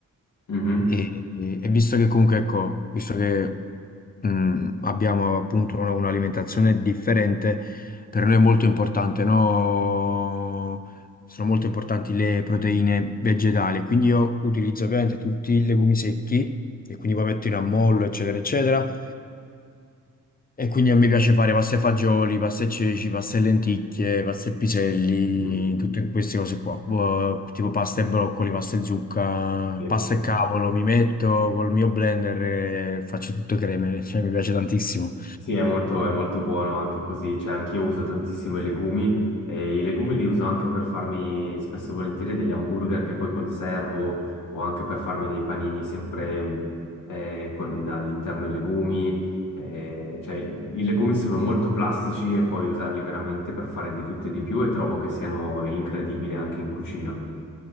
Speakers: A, on the left; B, on the left.
A: Mhm.
B: e, e- e visto che comunque, ecco, visto che mh, abbiamo appunto una- un'alimentazione differente, per noi è molto importante, no? Sono molto importanti le proteine vegetali, quindi io utilizzo ovviamente tutti i legumi secchi, e quindi poi metto in ammollo, eccetera, eccetera. E quindi a me piace fare pasta e fagioli, pasta e ceci, pasta e lenticchie, pasta e piselli,
A: Mhm.
B: tutte queste cose qua. Boh, tipo pasta e broccoli, pasta e zucca,
A: Sì.
B: pasta e cavolo. Mi metto col mio blender e faccio tutte creme, <laughs> cioè mi piace tantissimo.
A: Sì, è molto, è molto buono anche così, cioè anch'io uso tantissimo i legumi e i legumi li uso anche per farmi spesso e volentieri degli hamburger che poi conservo o anche per farmi dei panini sempre mh, eh, con all'interno i legumi, eh, cioè i legumi sono molto plastici e puoi usarli veramente per fare di tutto e di più e trovo che siano incredibili anche in cucina.